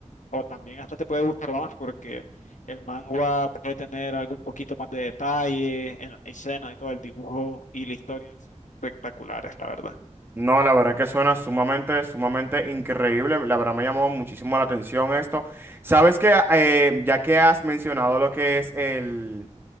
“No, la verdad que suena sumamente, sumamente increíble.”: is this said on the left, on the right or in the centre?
Right